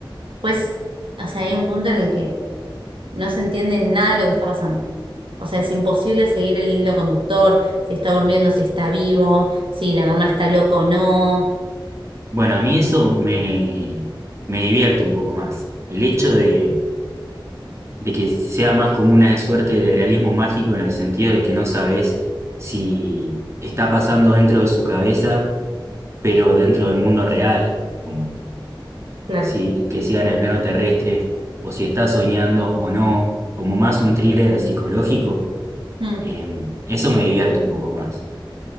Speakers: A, on the right; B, on the right.
A: después, o sea, hay un punto en el que No se entiende nada de lo que está pasando. O sea, es imposible seguir el hilo conductor, si está durmiendo, si está vivo, si la mamá está loca o no.
B: Bueno, a mí eso me, me divierte un poco más. El hecho de, de que sea más como una suerte de realismo mágico en el sentido de que no sabes si está pasando dentro de su cabeza pero dentro del mundo real, como
A: Claro.
B: si que sea en el plano terrestre, o si está soñando o no, como más un thriller psicológico,
A: Mm,
B: eh, eso me divierte un poco más.